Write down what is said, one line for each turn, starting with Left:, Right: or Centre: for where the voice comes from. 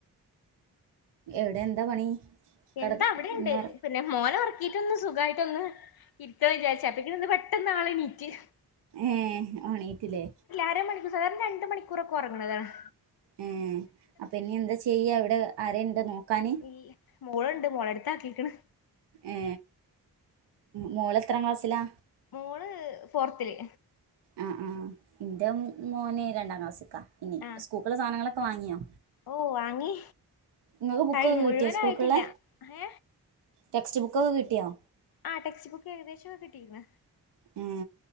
Right: വിടെ എന്താ പണി കെട
Left: എന്താ അവിടെയു
Right: ഒന്നൊറ
Left: ണ്ട് പിന്നെ മോന ഉറക്ക ഉറക്ക്കി ട്ടൊന്നു സുഖമായിട്ടൊന്ന് ഇരിക്കാന് വിചാരിച്ച താ അപ്പഴേക്കും പെട്ടന്ന് ആളെ നീറ്റ് <inaudible>
Right: എ ണീടറ്റല്ലേ
Left: അരമണിക്കൂർ സാധാരണ രണ്ടു മണിക്കൂറൊക്കെ ഉറങ്ങണതാണ്
Right: ഏ അപ്പൊ ഇനി എന്താ ചെയ്യ ഇവിടെ ആരുണ്ട് നോക്കാന്
Left: ഇല്ല മോളുണ്ട് മോടടുത്തു ആക്കിയെക്ക ണ്
Right: ഏ മോൾ എത്രാം ക്ലാസ്സിലാ
Left: മോള് ഫോർത്തില്
Right: ആ ആ എന്റെ മോന് രണ്ടാം ക്ലാസ്സി ലേ ക്കാണ്
Left: ആ
Right: സ്കൂളിലേക്ക് സാധനങ്ങൾ ഒ ക്കെ ബുക്ക്‌ വാങ്ങിയോ
Left: ഓ വാ ങ്ങി
Right: നിങ്ങൾക്ക് ബുക്കൊക്കെ
Left: കഴിഞ്ഞു മുഴുവനായിട്ടില്ല
Right: കിട്ടിയോ സ്കൂൾക്കുള്ള
Left: ഹ
Right: ടെക്സ്റ്റ് ബുക്കൊക്കെ കിട്ടിയോ
Left: ആഹ ടെക്സ്റ്റ് ബുക്ക് ഏകദേശം കിട്ടികർണു
Right: ആ